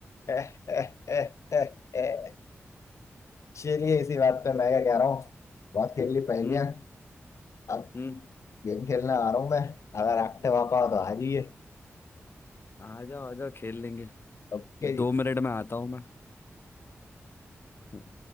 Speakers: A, on the left; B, on the left.
A: एह, एह, एह, एह, एह। चलिए इसी बात पे मैं क्या कह रहा हूँ बहुत खेल ली पहेलियां
B: हम्म
A: अब
B: हम्म
A: गेम खेलने आ रहा हूँ मैं अगर रखते वापा हो तो आ जाइए
B: आ जाओ आ जाओ खेल लेंगे
A: ओके
B: दो
A: जी
B: मिनट में आता हूँ मैं